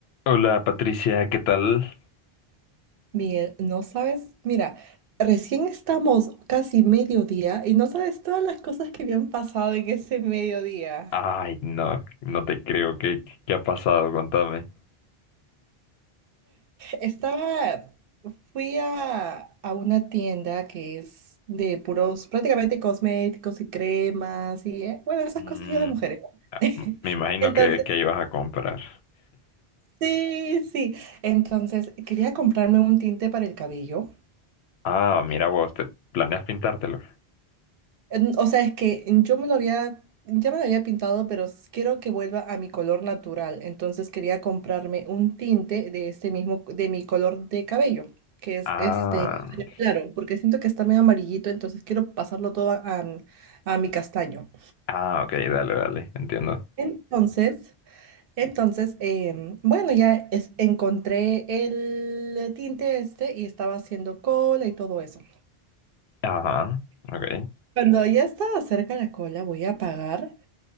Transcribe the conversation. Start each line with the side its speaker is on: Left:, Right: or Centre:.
Left: Hola Patricia, ¿qué tal?
Right: Miguel, no sabes, mira, recién estamos casi mediodía y no sabes todas las cosas que me han pasado en ese mediodía.
Left: Ay, no, no te creo. ¿Qué, qué ha pasado? Contame.
Right: Estaba, fui a, a una tienda que es de puros, prácticamente cosméticos y cremas y, eh, bueno, esas
Left: Mm,
Right: cosas ya de mujeres.
Left: ah,
Right: ¿no?
Left: me imagino
Right: <laughs> Entonces,
Left: que, que ibas a comprar.
Right: sí, sí. Entonces, quería comprarme un tinte para el cabello
Left: Ah, mira vos, ¿te planeas pintártelo?
Right: En- O sea, es que yo me lo había, ya me lo había pintado, pero s- quiero que vuelva a mi color natural. Entonces quería comprarme un tinte de este mismo, de mi color de cabello, que es
Left: Ah,
Right: este, claro, porque siento que está medio amarillito, entonces quiero pasarlo todo a, a mi a mi castaño.
Left: ah, ok, dale, dale, entiendo.
Right: Entonces, entonces, em, bueno, ya es- encontré el tinte este y estaba haciendo cola y todo eso.
Left: Ajá, ok.
Right: Cuando ya estaba cerca la cola, voy a apagar.